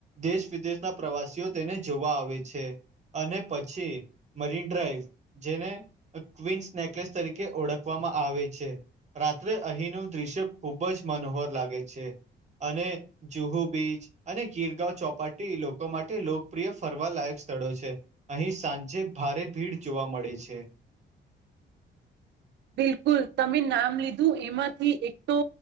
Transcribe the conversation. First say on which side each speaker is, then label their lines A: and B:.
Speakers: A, on the right; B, on the right.
A: દેશ વિદેશના પ્રવાસીઓ તેને જોવા આવે છે. અને પછી મરીન ડ્રાઈવ જેને ક્વિન્સ નેકલેસ તરીકે ઓળખવામાં આવે છે. રાત્રે અહીંનું દ્રશ્ય ખૂબ જ મનોહર લાગે છે અને જુહુ બીચ અને ગીરગાંવ ચોપાટી લોકો માટે લોકપ્રિય ફરવા લાયક સ્થળો છે. અહીં સાંજે ભારે ભીડ જોવા મળે છે.
B: બિલકુલ તમે નામ લીધું એમાંથી એક તો